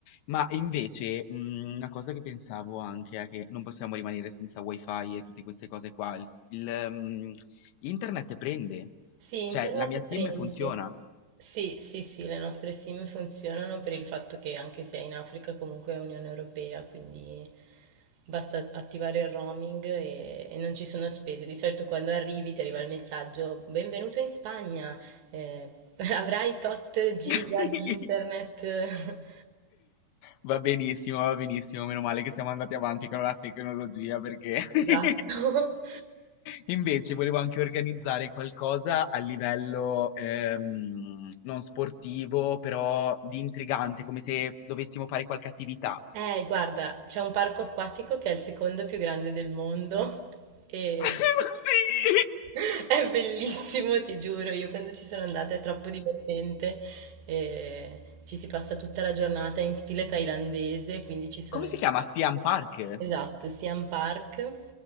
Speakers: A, on the left (about 90°); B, on the right (about 75°).
A: Ma invece, mh, una cosa che pensavo anche è che non possiamo rimanere senza wifi e tutte queste cose qua. Il, s- il, mh, internet prende,
B: Sì, internet
A: cioè la mia SIM
B: prende.
A: funziona.
B: Sì, sì, sì, le nostre SIM funzionano per il fatto che anche se è in Africa comunque è Unione Europea, quindi basta attivare il roaming e, e non ci sono spese. Di solito quando arrivi ti arriva il messaggio, benvenuto in Spagna, eh, <laughs> avrai tot giga
A: <laughs>
B: di internet. <laughs>
A: Va benissimo, va benissimo, meno male che siamo andati avanti con la tecnologia perché <laughs>
B: Esatto.
A: Invece volevo anche organizzare qualcosa a livello ehm, non sportivo, però di intrigante, come se dovessimo fare qualche attività. <laughs>
B: Eh, guarda, c'è un parco acquatico che è il secondo più grande del mondo e
A: Sì!
B: <laughs> è bellissimo, ti giuro. Io quando ci sono andata è troppo divertente. e ci si passa tutta la giornata in stile thailandese, quindi ci sono,
A: Come si chiama? Siam Park?
B: esatto, Siam Park.